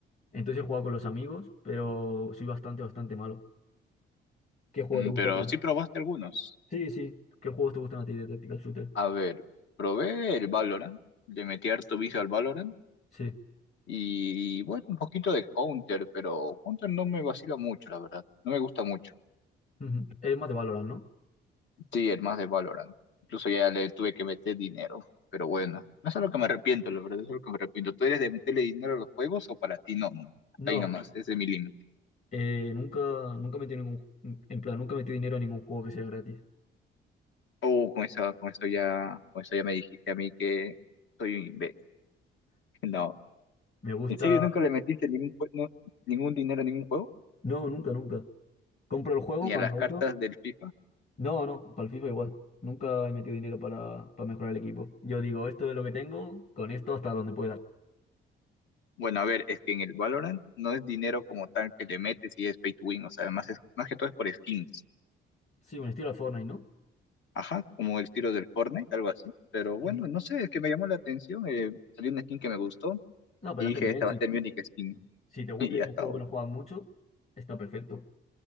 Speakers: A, on the left; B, on the left.
A: entonces he jugado con los amigos, pero soy bastante, bastante malo. ¿Qué juego
B: Mm,
A: te gusta
B: pero
A: a ti?
B: sí probaste algunos.
A: Sí, sí. ¿Qué juegos te gustan a ti de Tactical Shooter?
B: A ver, probé el Valorant, le metí harto vicio al Valorant
A: Sí.
B: Y bueno, un poquito de Counter, pero Counter no me vacila mucho, la verdad. No me gusta mucho.
A: Ujú. Es más de Valorant, ¿no?
B: Sí, el más de Valorant. Incluso ya le tuve que meter dinero. Pero bueno, no es algo que me arrepiento, la verdad, es algo que me arrepiento. ¿Tú eres de meterle dinero a los juegos o para ti no? no? Hasta
A: No,
B: ahí nomás, ese es mi límite.
A: eh, nunca, nunca metí ningún, en plan, nunca metí dinero a ningún juego que sea gratis.
B: Oh, con eso, con eso ya, con eso ya me dijiste a mí que soy un imbécil. <laughs> No.
A: Me gusta,
B: ¿En serio nunca le metiste ningún, jue- no- ningún dinero a ningún juego?
A: No, nunca, nunca. Compro el juego
B: ¿Ni
A: cuando
B: a las cartas
A: eso.
B: del FIFA?
A: No, no, para el FIFA igual. Nunca he metido dinero para, para mejorar el equipo. Yo digo, esto es lo que tengo, con esto hasta donde pueda.
B: Bueno, a ver, es que en el Valorant no es dinero como tal que le metes y es pay to win, o sea, más, es, más que todo es por skins.
A: Sí, un estilo al Fortnite, ¿no?
B: Ajá, como el tiro del Fortnite, algo así. Pero bueno,
A: Ujú.
B: no sé, es que me llamó la atención. eh, salió una skin que me gustó
A: No, pero
B: y
A: hace
B: dije,
A: bien.
B: esta
A: Si,
B: va a ser mi única skin.
A: si
B: <laughs>
A: te gusta
B: Y
A: y
B: hasta
A: es un juego
B: ahora.
A: que lo juegas mucho, está perfecto.